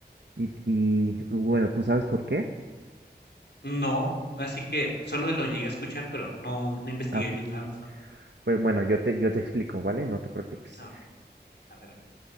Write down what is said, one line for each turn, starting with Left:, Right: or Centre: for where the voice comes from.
Right: Y, y bueno, ¿tú sabes por qué?
Left: No, así que solo lo llegué a escuchar, pero no, no investigué
Right: Ah, ok.
Left: bien la razón.
Right: Pues bueno, yo te, yo te explico, ¿vale? No te preocupes.
Left: A ver, a ver, a ver.